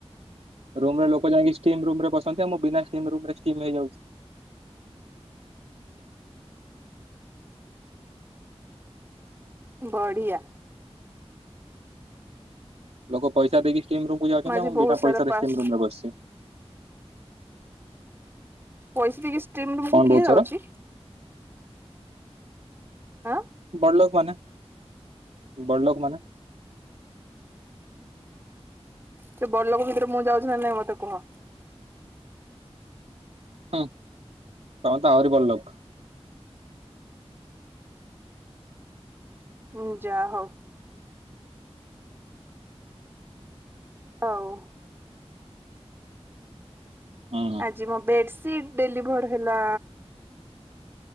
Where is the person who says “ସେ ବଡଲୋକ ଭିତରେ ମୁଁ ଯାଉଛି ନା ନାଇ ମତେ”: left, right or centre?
Right